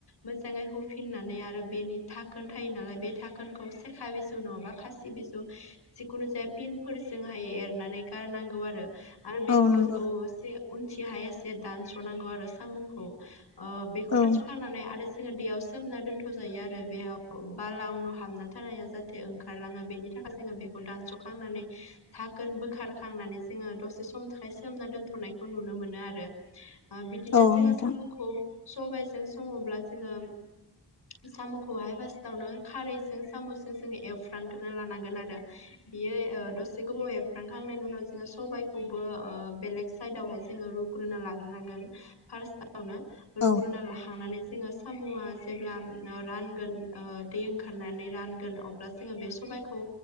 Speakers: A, on the left (about 85°); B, on the left (about 45°).
A: मोजाङै हुफिननानै आरो बेनि थाखोन थायो नालाय बे थाखोनखौ सेखा बिजौ नङाबा खासि सिबिजु जिखुनु जाया पिनफोरजोंहाय एरनानै गारनांगौ आरो। आरो बेखौ
B: औ नंगौ
A: अ से उनथि हाय एसे दानस'नांगौ आरो सामु'खौ ओ बेखौ
B: औ
A: दानस'खांनानै आरो जोङो दैयाव सोमना दोनथ' जायो आरो बेयाव बाला उनु' हाबना थानाया जाहाथे ओंखारलाङो। बेनि थाखाय जोङो बेखौ दानस'खांनानै थाखोन बोखारखांनानै जोङो दसे सम सोमना दोनथ'नायखौ नुनो मोनो आरो ओ बिदिनो
B: औ
A: जोङो
B: नोंथां
A: सामु' खौ सबायजों सङोब्ला जोङो सामु'खौहाय फास्टावनो खारैजों सामु'जों जोङो एवफ्रानग्रोना लानांगोन आरो। बियो ओ दसे गोबाव एरफ्रांखांनायनि उनाव जोङो सबायखौबो ओ बेलेग साइदावहाय जोङो रुग्रोना लाग्रोनांगोन फार्स्ट आवनो रुग्रुना
B: औ
A: लाखांनानै जोङो सामु'आ जेब्ला ओ रानगोन ओ दै ओंखारनानै रानगोन अब्ला जोङो बे सबायखौ